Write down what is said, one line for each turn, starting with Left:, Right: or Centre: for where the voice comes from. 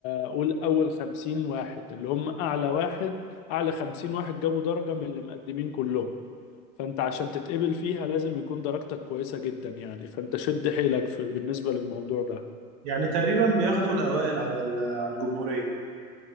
Left: آه، قول أول خمسين واحد اللي هم أعلى واحد أعلى خمسين واحد جابوا درجة من اللي مقدمين كلهم فأنت عشان تتقبل فيها لازم يكون درجتك كويسة جدا يعني فأنت شد حيلك في بالنسبة للموضوع ده
Right: يعني تقريبا بياخدوا الأوائل على ال- على الجمهورية